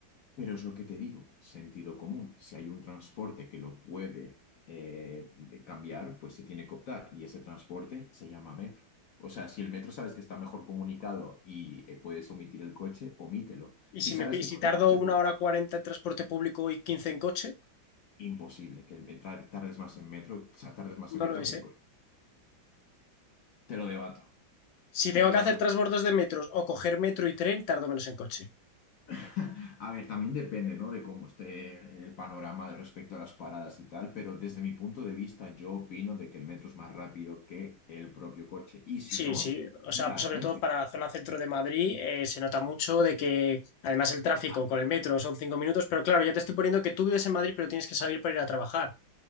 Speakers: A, on the left; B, on the left.
A: Pero es lo que te digo, sentido común. Si hay un transporte que lo puede eh, cambiar, pues se tiene que optar. Y ese transporte se llama metro. O sea, si el metro sabes que está mejor comunicado y eh, puedes omitir el coche, omítelo.
B: Y
A: Si
B: si
A: sabes
B: me, y
A: que
B: si
A: con
B: tardo
A: el coche,
B: una
A: pues,
B: hora cuarenta en transporte público y quince en coche,
A: imposible, que el me- tardes más en metro, o sea, tardes más
B: no
A: en metro
B: lo es,
A: que
B: ¿eh?
A: en coche. Te lo debato.
B: Si
A: Te
B: tengo
A: lo debato.
B: que hacer transbordos de metros o coger metro y tren, tardo menos en coche.
A: <laughs> A ver, también depende, ¿no? De cómo esté el panorama de respecto a las paradas y tal, pero desde mi punto de vista yo opino de que el metro es más rápido que el propio coche. Y si
B: Sí,
A: no,
B: sí, o sea,
A: la
B: pues sobre
A: Renfe.
B: todo para la zona centro de Madrid eh, se nota mucho de que además el tráfico
A: Ay,
B: con el metro son cinco minutos, pero claro, ya te estoy poniendo que tú vives en Madrid pero tienes que salir para ir a trabajar.